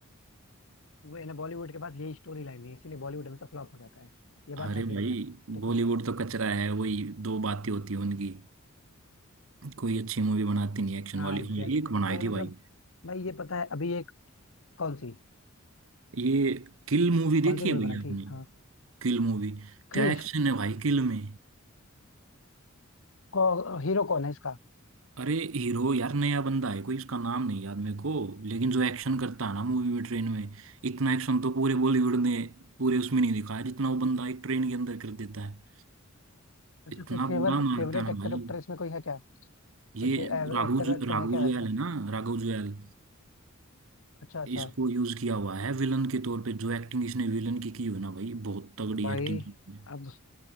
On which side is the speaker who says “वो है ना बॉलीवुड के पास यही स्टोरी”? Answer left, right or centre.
Left